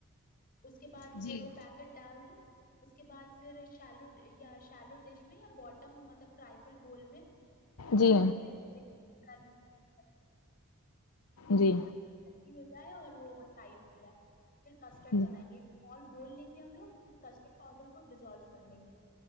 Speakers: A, on the left (about 45°); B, on the left (about 85°).
A: اس کے بعد
B: جی
A: پھر وہ پیکٹ ڈال دو اس کے بعد پھر شلو یا شلو ڈش میں یا بوٹم مطلب ٹرائفل بول میں اس کو
B: جی
A: ریفریج دیک کم <unintelligible> <unintelligible>
B: جی
A: جائے اور وہ ٹائٹ ہو جائے پھر کسٹرڈ
B: جی
A: بنائیں گے مال بول لیں گے ہم لگ اس میں کسٹرڈ پاؤڈر کو ڈیزولو کر لیں گے